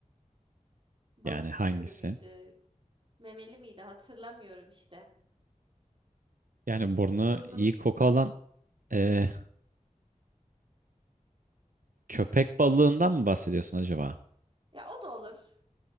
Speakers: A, on the right (about 40°); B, on the right (about 85°).
A: Balık
B: Yani hangisi?
A: türü müydü? Memeli miydi? Hatırlamıyorum işte.
B: Yani burnu
A: Burnum
B: iyi koku alan e, köpek balığından mı bahsediyorsun acaba?
A: ya o da olur.